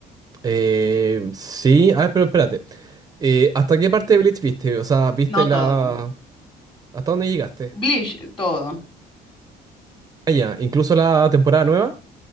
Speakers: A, on the right; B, on the left.
A: eh, sí, a ver, pero espérate. Eh, ¿hasta qué parte de Bleach viste? O sea, ¿viste
B: No
A: la...
B: todo.
A: ¿Hasta dónde llegaste?
B: Bleach, todo.
A: Ah, ya, incluso la temporada nueva.